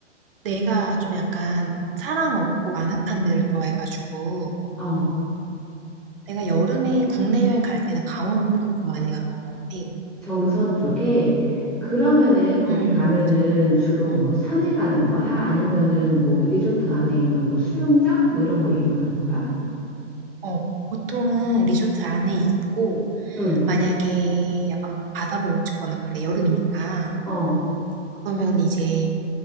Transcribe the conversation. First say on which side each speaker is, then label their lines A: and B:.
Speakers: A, on the right; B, in the centre.
A: 내가 좀 약간 사람 없고 아늑한 데를 좋아해가지고
B: 어.
A: 내가 여름에 국내 여행 갈 때는 강원도 좀 많이 갔던 것 같아.
B: 정선 쪽에 그러면은 거기
A: 음,
B: 가면은 주로
A: 음.
B: 뭐 산에 가는 거야? 아니면은 뭐 리조트 안에 있는 뭐 수영장 뭐 이런 거 이용하는 거야?
A: 어, 보통은 리조트 안에 있고
B: 응.
A: 만약에 약간 바다 보고 싶거나 그래 여름이니까
B: 어.
A: 그러면 이제